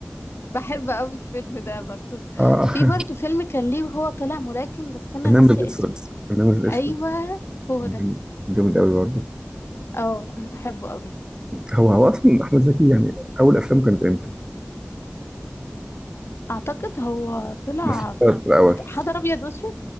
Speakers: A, on the left (about 70°); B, on the right (about 20°).
A: بحب قوي الفيلم ده برضو
B: أه
A: في برضو فيلم كان ليه وهو طالع ملاكم
B: <laughs>
A: بس انا
B: النمر
A: ناسية
B: الأسود
A: اسمه
B: النمر الأسود
A: ايوه هو
B: كان
A: ده
B: جامد أوي برضه
A: اه انا بحبه قوي
B: هو هو اصلا احمد زكي يعني اول افلامه كانت امتى؟
A: اعتقد هو طلع
B: بس في
A: في...
B: الاول
A: حضر ابيض واسود